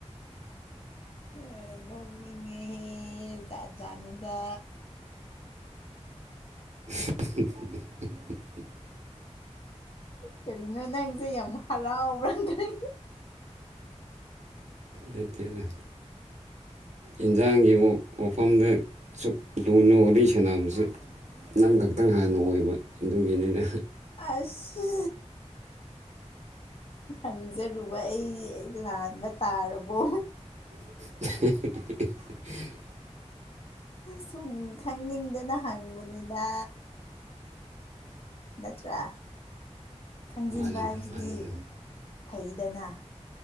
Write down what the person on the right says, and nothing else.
<unintelligible>
ꯅꯠꯇꯅ ꯏꯟꯖꯥꯡꯒꯤ ꯋꯥꯐꯝꯗ ꯑꯁꯨꯛ ꯂꯨꯅ ꯋꯥꯔꯤꯠꯂꯤ ꯁꯥꯟꯅꯕꯁꯨ ꯅꯪ ꯈꯛꯇꯪ ꯍꯥꯟꯅ ꯑꯣꯏꯕ ꯑꯗꯨꯒꯤꯅꯤꯅ
ꯍ
ꯃꯥꯅꯤꯗ
ꯃꯥꯅꯤꯗ